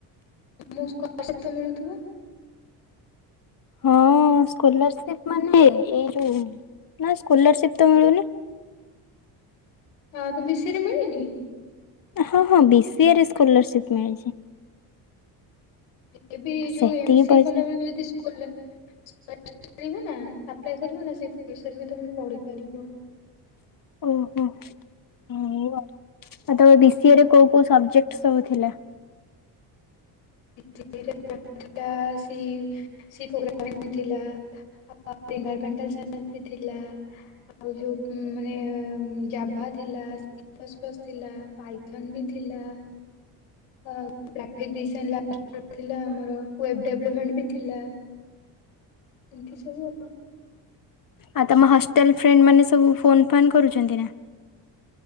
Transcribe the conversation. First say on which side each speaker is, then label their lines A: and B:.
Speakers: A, on the left; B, on the left.
A: ତୁମକୁ ସ୍କୋଲାର୍ସିପ ତ ମିଳୁଥିବ?
B: ହଁ, ସ୍କୋଲାରସିପ ମାନେ ଏଇ ଯୋଉ ନାଁ ସ୍କୋଲାରସିପ୍ ତ ମିଳୁନି।
A: ହଁ ତ ବିସିରେ ମିଳିନି?
B: ହଁ, ହଁ ବି ସିଏ ରେ ସ୍କୋଲାରସିପ ମିଳିଛି।
A: ଏବେ ବି
B: ସେତିକି
A: ଯୋଉ ଏମ ସି
B: ପଇସା
A: ଏ କଲାବେଳେ ବି ଯଦି ସ୍କୋଲାର ସ୍କୋଲାର୍ଷିପ ମିଳୀବ ନା ଆପ୍ଲାଏ କରିବ ନା ସେ ପଇସାରେ ବି ତମେ ପଢି ପାରିବ।
B: ଓହୋ ହ। ଆଉ ତମ ବି ସି ଏ ରେ କୋଉ କୋଉ ସବଜେକ୍ଟ ସବୁ ଥିଲା?
A: ଦିଲ୍ଲୀ ରେ <inaudible> ଥିଲା। ସି ସି ପୋଗ୍ରାମ ବି ଥିଲା। <inaudible> ଏନ୍ଭର୍ମେନ୍ତଲ ସାଇନ୍ସ ବି ଥିଲା। ଆଉ ଯୋଉ ଉଁ ମାନେ ଆଭା ଥିଲା, ପାସ୍ ପାସ୍ ବି ଥିଲା ପାଇଥନ୍ ବି ଥିଲା। ଅ ଗ୍ରାଫିକ ଡି ଥିଲା ଆମର ୱେବ୍ ଦେଭଲପମେଣ୍ଟ ଥିଲା। ଏମିତି ସବୁ ଆଉ।
B: ଆଉ ତମ ହଷ୍ଟେଲ ଫ୍ରେଣ୍ଡ ମାନେ ସବୁ ଫୋନ ଫାନ କରୁଛନ୍ତି ନା?